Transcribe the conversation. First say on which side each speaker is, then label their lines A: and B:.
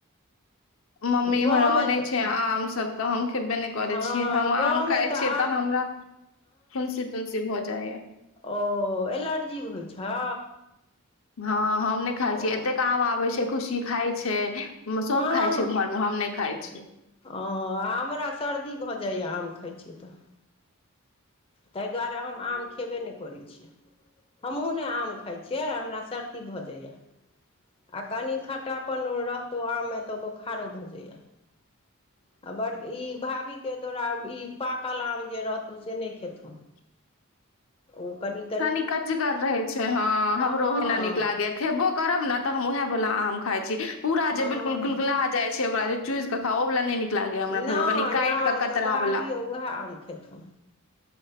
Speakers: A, on the left; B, on the left.
A: मम्मी इम्हर
B: गाँवमे
A: अनै
B: तऽ
A: छै आम सब त हम खेब्बे नै करै
B: हँ
A: छियै हम
B: गाँवमे
A: आम खाइ
B: तऽ
A: छियै
B: आब
A: त हमरा फुंसी - तुंसी भ जाइये।
B: ओऽ एलर्जी होइ छौ।
A: हँ हम नै खाय
B: ओ
A: छियै एतेक आम आबै छै खुशी खाय छै, म सब
B: हँ
A: खाय छै घर मे हम नै खाइ छियै।
B: ओ आ हमरा सर्दी भऽ जाइये आम खाइ छियै तऽ। तै दुआरे हम आम खेबे नै करै छियै। हमहुँ ने आम खाइ छियै हमरा सर्दी भऽ जाइये। आ कनी खट्टापन रहतौ आम मे तऽ बोखारो भऽ जाइये। आ बड़ -इ भाभी के तोरा इ पाकल आम जे रहतौ से नै खेथुन।
A: <inaudible>
B: ओ कनिक
A: कनि कचगर रहै छै हँ हमरो
B: हँ
A: ओहिना नीक लागैये। खेबो करब ने तऽ हम वेहेए बला आम खाइ छी पूरा
B: हँ
A: जे बिलकुल गुलगुला जाय छै ओकरा चुइस क खाउ ओ बला नै नीक लागैये हमरा
B: नहि
A: फेर ओ कनि काटि
B: नहि
A: कऽ कतरा
B: तऽ भाभियो
A: बला।
B: उएह आम खेथुन